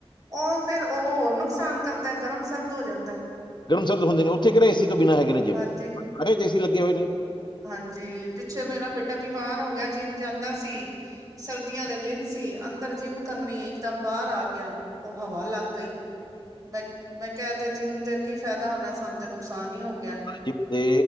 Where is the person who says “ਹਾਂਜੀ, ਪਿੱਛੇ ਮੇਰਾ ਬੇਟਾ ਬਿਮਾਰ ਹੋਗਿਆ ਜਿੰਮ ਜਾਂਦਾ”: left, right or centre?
Right